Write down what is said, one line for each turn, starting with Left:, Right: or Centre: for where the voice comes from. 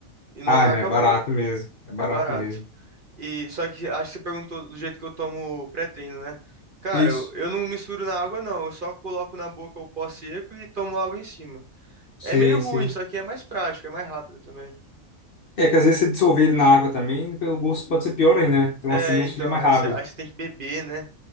Right: E numa
Left: Ah,
Right: marca
Left: não, é barato
Right: boa.
Left: mesmo. É barato
Right: É barato.
Left: mesmo.
Right: E só que acho que você perguntou do jeito que eu tomo pré-treino, né? Cara,
Left: Isso.
Right: eu, eu não misturo na água, não. Eu só coloco na boca o pó seco e tomo água em cima.
Left: sim
Right: É meio ruim,
Left: sim
Right: só que é mais prático, é mais rápido também.
Left: É que às vezes você dissolver ele na água também, o gosto pode ser pior ainda, né? Então
Right: É,
Left: assim acho
Right: então,
Left: que é mais
Right: aí
Left: rápido.
Right: você aí você tem que beber, né?